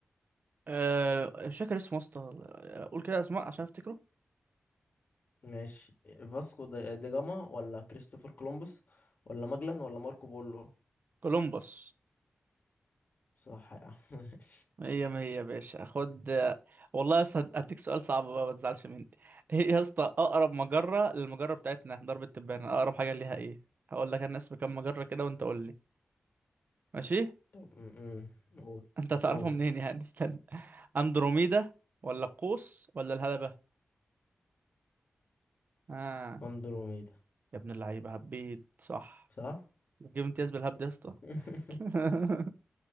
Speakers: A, on the right; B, on the left.
A: آه... مش فاكر اسمه يا اسطى آه، قول كده اسماء عشان افتكره
B: ماشي فاسكو دا دا جاما ولا كريستوفر كولومبوس ولا ماجلان ولا ماركو بولو
A: كولومبوس
B: صح يا عم <laughs> ماشي
A: هي
B: اسأل
A: ما هي يا باشا خد والله يا اسطى هد- هديك سؤال صعب بقى ما تزعلش مني <laughs> ايه يا اسطى اقرب مجرة للمجرة بتاعتنا درب التبانة اقرب حاجة ليها ايه هقول لك انا اسم كام مجرة كده وانت قول لي ماشي
B: طب م- م. قول
A: <laughs> انت هتعرفه
B: قول
A: منين يعني <laughs> استنى اندروميدا ولا القوس ولا الهلبة اه
B: اندروميدا
A: يا ابن اللعيبة هبيت صح
B: صح
A: بتجيب امتياز بالهبد يا اسطى
B: <laughs>
A: <laughs>